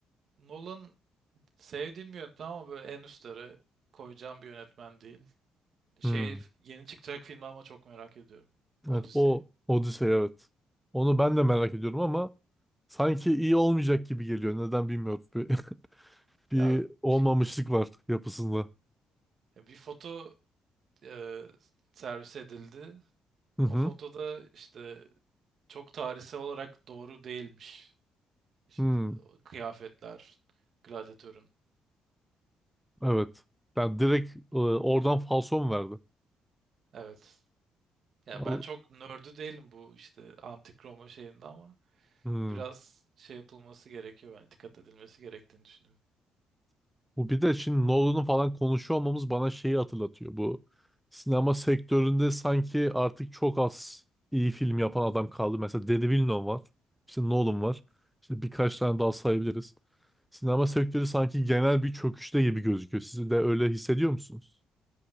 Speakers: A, on the right; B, in the centre.
A: Nolan sevdiğim bir yönetmen ama böyle en üstlere koyacağım bir yönetmen değil. Şey
B: Hı.
A: yeni çıkacak filmi ama çok merak ediyorum. Odyssey.
B: Evet o Odyssey evet. Onu ben de merak ediyorum ama sanki iyi olmayacak gibi geliyor. Neden bilmiyorum. Bir, <laughs> bir
A: Ya
B: olmamışlık
A: bir,
B: var yapısında.
A: ya bir foto e, servis edildi.
B: Hı
A: O
B: hı.
A: fotoda işte çok tarihsel olarak doğru değilmiş. İşte
B: Hmm,
A: o kıyafetler, gladyatörün.
B: evet. Yani direkt e, oradan falso mu verdi?
A: Evet. Yani
B: Al-
A: ben çok nördü değilim bu işte antik Roma şeyinde ama
B: Hmm.
A: biraz şey yapılması gerekiyor yani dikkat edilmesi gerektiğini düşünüyorum.
B: Bu bir de şimdi Nolan'ı falan konuşuyor olmamız bana şeyi hatırlatıyor. Bu sinema sektöründe sanki artık çok az iyi film yapan adam kaldı. Mesela Denis Villeneuve var. İşte Nolan var. İşte birkaç tane daha sayabiliriz. Sinema sektörü sanki genel bir çöküşte gibi gözüküyor. Siz de öyle hissediyor musunuz?